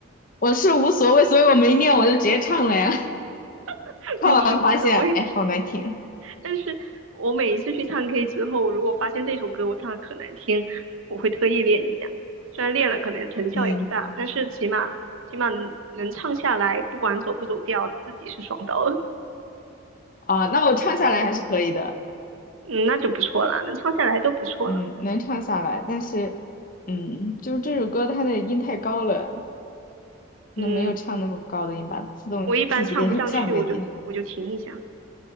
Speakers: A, on the left; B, on the right.
A: 我是无所谓，所以我没念，我就直接唱了呀。
B: <laughs>
A: <laughs> 唱完发现，
B: 其实无所谓。
A: 哎，好难听。
B: 但是我每一次去唱 K 之后，如果发现这首歌我唱的可难听，我会特意练一下。虽然练了可能成效也不大，
A: 嗯，
B: 但是起码起码能能唱下来，不管走不走调，自己是爽到了，
A: 啊，那我唱下来还是可以的，
B: 嗯，那就不错啦，能唱下来都不错了。
A: 嗯，能唱下来，但是，嗯，就是这首歌它的音太高了，那没有唱那么高的音吧，
B: 嗯，
A: 自动自己给它降了一点。
B: 我一般唱不上去，我就我就停一下，